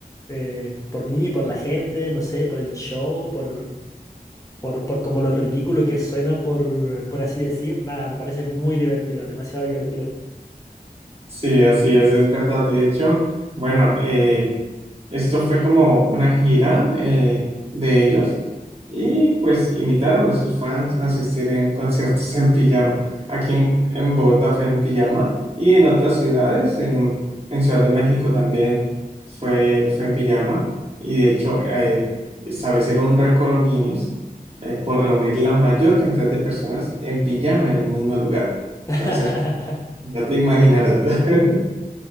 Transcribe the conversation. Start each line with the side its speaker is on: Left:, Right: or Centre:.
Left: eh, por mí, por la gente, no sé, por el show, por, por, por como lo ridículo que suena, por, por así decir. Nada, me parece muy divertido, demasiado divertido.
Right: Sí, así es, es verdad. De hecho, bueno, eh, esto fue como una gira eh, de ellos y pues invitaron a sus fans a asistir en conciertos en pijama. Aquí en, en Bogotá fue en pijama y en otras ciudades, en, en Ciudad de México también fue, fue en pijama y de hecho eh, establecieron un récord Guinness eh, por reunir la mayor cantidad de personas en pijama en un mismo lugar.
Left: <laughs>
Right: Entonces, ya te imaginarás. <laughs>